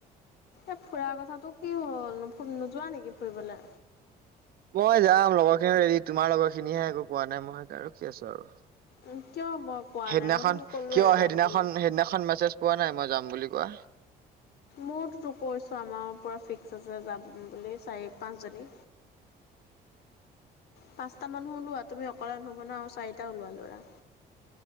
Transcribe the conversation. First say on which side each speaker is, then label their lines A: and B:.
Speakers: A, on the left; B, on the right.
A: এ ফুুৰাৰ কথাাটো কি হ'ল ফু নোযোৱা নেকি ফুৰিবলে
B: মই যাম লগৰ খিনিও ৰেডি তোমাৰ লগৰ খিনিহে একো কোৱা নাই মই হেকাৰনে ৰখি আছো আৰু
A: উম কিয় মই কোৱা
B: সেইদিনাখন
A: নাই মই দেখোন ক'লোৱে
B: কিয়
A: যাম
B: সেইদিনাখন
A: বুলি
B: সেইদিনাখন মেছেজ পোৱা নাই মই যাম বুলি কোৱা
A: মতোতো কৈছো আমাউ পুৰা ফিক্স আছে যাম বুলি চাৰি পাঁচ জনী পাঁচটা মানুহ ওলোৱা তুমি অকলে নহ'ব ন আৰু চাৰিটা ওলোৱা ল'ৰা